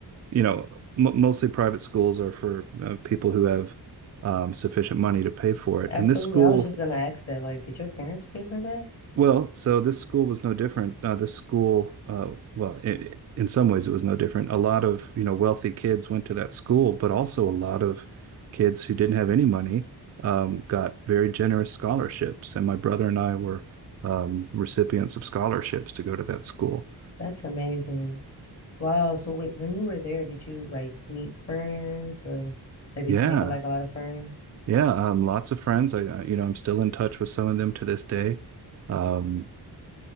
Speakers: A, on the right; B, on the left.
A: you know m mostly private schools are for uh, people who have um, sufficient money to pay for it.
B: Absolutely.
A: And this school
B: I was just gonna ask that. Like, did your parents favor that?
A: well, so this school was no different. Uh, this school, uh, well, i in some ways, it was no different. A lot of, you know, wealthy kids went to that school, but also a lot of kids who didn't have any money um, got very generous scholarships. And my brother and I were um, recipients of scholarships to go to that school.
B: That's amazing. Wow. So wh- when you were there, did you like meet friends or like did
A: Yeah,
B: you make like a lot of friends?
A: yeah, um, lots of friends. I, I, you know, I'm still in touch with some of them to this day. Um,